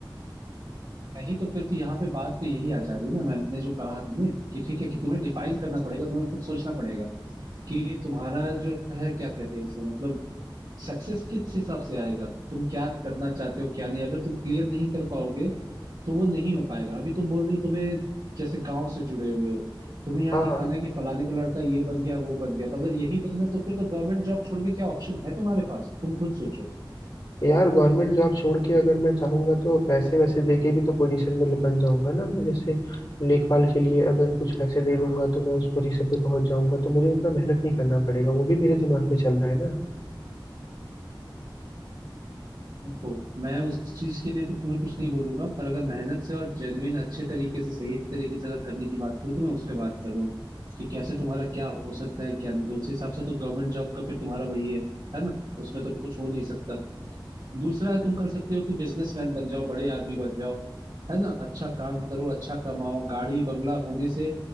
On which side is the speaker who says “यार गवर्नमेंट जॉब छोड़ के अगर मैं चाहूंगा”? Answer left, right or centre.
Left